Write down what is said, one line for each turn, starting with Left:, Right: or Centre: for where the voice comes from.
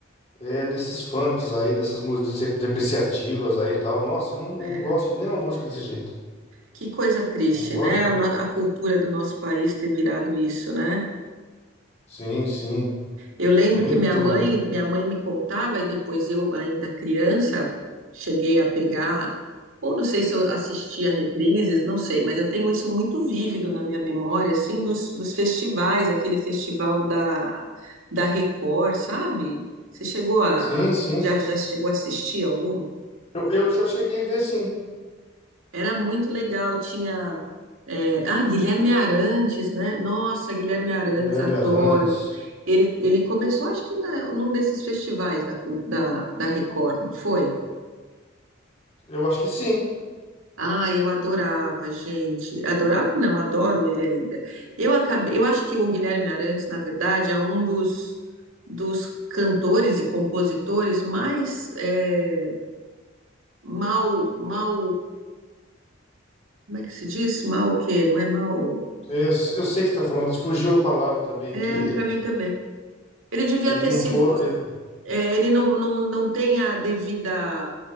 Left: é desses funks aí, dessas músicas dece- depreciativas aí e tal. Nossa, eu não, não
Right: É.
Left: gosto de nenhuma música desse jeito.
Right: Que coisa triste,
Left: Não gosto.
Right: né? A, no- a cultura do nosso país ter virado isso, né?
Left: Sim, sim.
Right: Eu lembro
Left: Muito
Right: que minha mãe,
Left: ruim.
Right: minha mãe me contava, e depois eu, ainda criança, cheguei a pegar, ou não sei se eu assistia reprises, não sei, mas eu tenho isso muito vívido na minha memória, assim, dos, dos festivais, aquele festival da, da Record, sabe? Você chegou a,
Left: Sim,
Right: a-
Left: sim.
Right: já, já chegou a assistir algum?
Left: Eu, eu já cheguei a ver, sim.
Right: Era muito legal, tinha. é, ah, Guilherme Arantes, né? Nossa, Guilherme Arantes,
Left: Guilherme
Right: adoro.
Left: Arantes.
Right: Ele, ele começou, acho que na- num desses festivais da, Cul- da, da Record, não foi?
Left: Eu acho que sim.
Right: Ah, eu adorava, gente. Adorava, não, adoro ele ainda. Eu acabei, eu acho que o Guilherme Arantes, na verdade, é um dos, dos cantores e compositores mais é, mal, mal, como é que se diz? Mal o quê? Não é mal.
Left: É, Eu, eu sei que você está falando, fugiu a palavra também
Right: É,
Left: aqui.
Right: para mim também. Ele devia
Left: Eles
Right: ter
Left: não
Right: sido.
Left: foram. ele-
Right: é, ele não, não, não tem a devida.